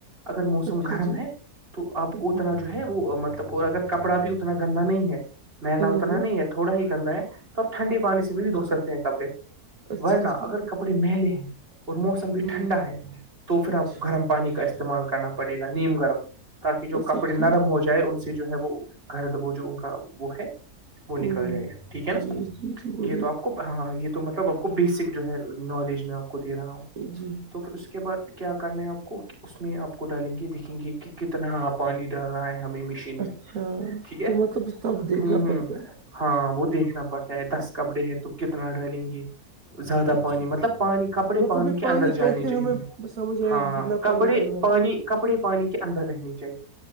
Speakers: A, on the right; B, on the right.
A: اگر موسم
B: اچھا
A: گرم
B: جی
A: ہے تو آپ
B: ہوں
A: کو اتنا جو ہے وہ مطلب اگر کپڑا بھی اتنا گندا نہیں ہے محلا
B: ہاں
A: اتنا نہیں ہے تھوڑا ہی گندا ہے تو آپ ٹھنڈے پانی سے بھی بھی دھو سکتے ہیں کپڑے
B: اچھا
A: ورنہ
B: جی
A: اگر کپڑے مہلے ہیں اور موسم بھی
B: ہاں
A: ٹھنڈا
B: جی
A: ہے تو پھر آپ
B: اچھا
A: گرم پانی کا استعمال کرنا پڑے گا نیم گرم تاکہ جو
B: اچھا
A: کپڑے نرم
B: ٹھیک
A: ہو جائے ان سے جو ہے وہ گھرد وہ جو ان کا وہ ہے وہ
B: ہوں
A: نکل جائے گا ٹھیک ہے نا
B: جی جی جی بڑھیا
A: یہ تو آپ کو ہاں یہ تو مطلب آپ کو بیسک جو ہے نالج میں آپ کو دے رہا ہوں
B: جی
A: تو پھر اس کے بعد کیا کرنا ہے آپ کو کہ اس میں آپ کو ڈالیں گے دھیں گے کہ کتنا آپ پانی ڈالنا ہے ہمیں مشین میں
B: اچھا
A: ٹھیک ہے
B: تو مطلب سب دیکھنا
A: ہ ہ
B: پڑتا ہے
A: ہاں وہ دیکھنا پڑتا ہے دس کپڑے ہے تو کتنا ڈلیں گے زیادہ
B: اچھا
A: پانی
B: جی
A: مطلب پانی کپڑے
B: مطلب
A: پانی
B: یہ
A: کے اندر
B: کیسے
A: جانے چاہیے
B: ہمیں سمجھ آئے
A: ہاں
B: گا کہ کتنا
A: کپڑے
B: پانی ڈالنا
A: پانی
B: ہے
A: کپڑے پانی کے اندر رہنے چاہیے